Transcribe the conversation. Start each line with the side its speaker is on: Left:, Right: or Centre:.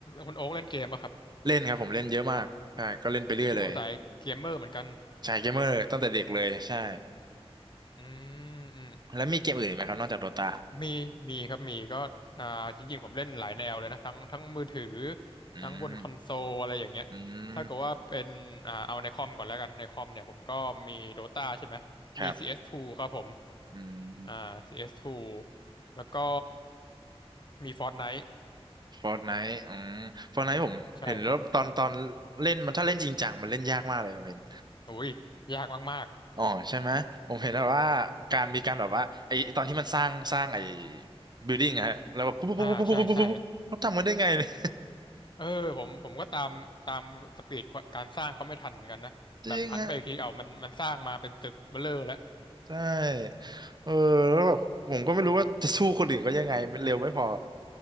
Left: คุณโอ๊คเล่นเกมป่ะครับ
Right: เล่นครับผมเล่นเยอะมากใช่ก็เล่นไปเรื่อยเลย
Left: โอ้สายเกมเมอร์เหมือนกัน
Right: ใช่เกมเมอร์ตั้งแต่เด็กเลยใช่
Left: อืมอืม
Right: แล้วมีเกมอื่นอีกไหมครับนอกจากโดตา
Left: มีมีครับมีก็อ่าจริงๆผมเล่นหลายแนวเลยนะทั้งทั้งมือถือ
Right: อืม
Left: ทั้งบนคอนโซลอะไรอย่างเงี้ยถ้าเกิดว่าเป็นอ่าเอาในคอมก่อนแล้วกันในคอมเนี่ยผมก็มี
Right: อืม
Left: Dota ใช่ไหมมี
Right: ครับ
Left: CS2 ครับผม
Right: อืม
Left: อ่า CS2 แล้วก็มี Fortnite
Right: ฟอร์ n ไนท์อืมฟอร์ n ไนท์ผมเห็นแล้วตอนตอน
Left: ใช่ครับ
Right: เล่นมันถ้าเล่นจริงจังมันเล่นยากมากเลยผมเห็น
Left: อุ้ยยากมาก
Right: อ๋อใช่ไหมผมเห็นแบบวว่าการมีการแบบว่าไอตอนที่มันสร้างสร้างไอบิลดิ้งฮะแล้วแบบปุ๊บปุ๊บปุ๊บปุ๊บปุ๊บปุ๊บปุ๊บปุ๊บเขาทำกันได้ไงเนี่ย
Left: ๆอ่าใช่ใช่เออผมผมก็ตามตามสปีดการสร้างเขาไม่ทันเหมือนกันนะแบบหันไปอีกทีเอามันมันสร้างมาเป็นตึกเบ้อเร่อแล้ว
Right: <laughs> จริงฮะใช่เออแล้วแบบผมก็ไม่รู้ว่าจะสู้คนอื่นก็ยังไงมันเร็วไม่พอ